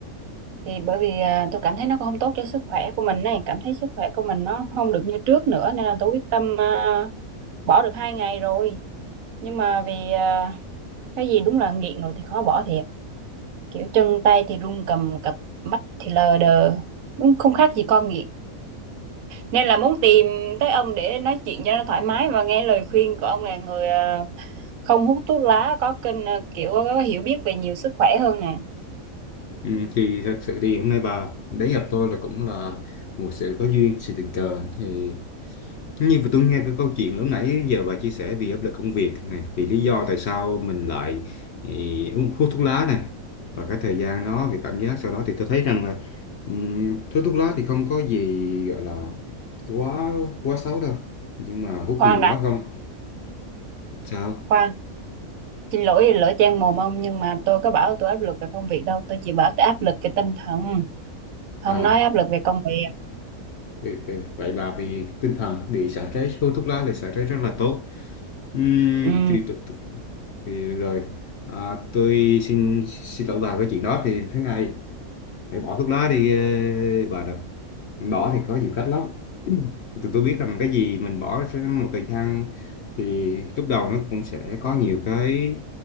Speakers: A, on the right; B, on the left.
A: thì bởi vì à, tôi cảm thấy nó cũng không tốt cho sức khỏe của mình này cảm thấy sức khỏe của mình nó không được như trước nữa nên là tôi quyết tâm à, bỏ được hai ngày rồi nhưng mà vì à, cái gì đúng là nghiện rồi thì khó bỏ thiệt kiểu chân tay thì run cầm cập mắt thì lờ đờ đúng không khác gì con nghiện nên là muốn tìm tới ông để nói chuyện cho nó thoải mái và nghe lời khuyên của ông là người à, không hút thuốc lá có kênh ờ, kiểu có hiểu biết về nhiều sức khỏe hơn nè
B: Ừ, thì thật sự thì hôm nay bà đến gặp tôi là cũng là một sự có duyên sự tình cờ thì Nhưng mà tôi nghe cái câu chuyện lúc nãy giờ bà chia sẻ vì áp lực công việc nè, vì lý do tại sao mình lại ý, uống hút thuốc lá nè và cái thời gian đó vì cảm giác sau đó thì tôi thấy rằng là ừm, hút thuốc lá thì không có gì gọi là quá quá xấu đâu nhưng mà hút
A: khoan
B: nhiều
A: đã
B: quá không sao
A: khoan xin lỗi lỡ trang mồm ông nhưng mà tôi có bảo tôi áp lực về công việc đâu tôi chỉ bảo tôi áp lực về tinh thần
B: à
A: không nói áp lực về công việc
B: ừ, ừ, vậy bà vì tinh thần bị xả stress hút thuốc lá thì xả stress rất là tốt Ừm,
A: ừ,
B: thì, tôi- tôi- thì rồi à, tôi xin xin lỗi bà cái chuyện đó thì thế này để bỏ thuốc lá đi ờ, bà được bỏ thì có nhiều cách lắm tụi tôi biết rằng cái gì mình bỏ sẽ một thời gian thì lúc đầu nó cũng sẽ có nhiều cái